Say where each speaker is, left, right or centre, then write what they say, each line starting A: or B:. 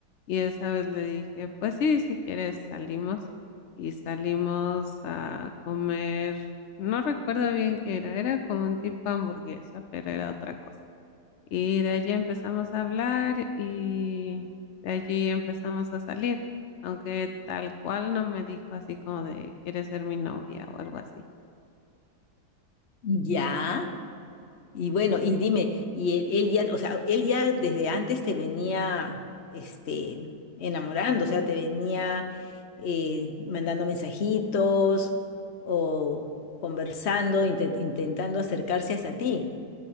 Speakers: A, on the left (about 70°); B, on the left (about 50°).
A: Y esa vez le dije, pues sí, si quieres salimos. Y salimos a comer, no recuerdo bien qué era, era como un tipo hamburguesa, pero era otra cosa. Y de allí empezamos a hablar y de allí empezamos a salir, aunque tal cual no me dijo así como de, ¿quieres ser mi novia o algo así?
B: Ya. Y bueno, y dime, y él, él ya, o sea, él ya desde antes te venía, este, enamorando, o sea, te venía eh, mandando mensajitos o conversando, inte- intentando acercarse hacia ti.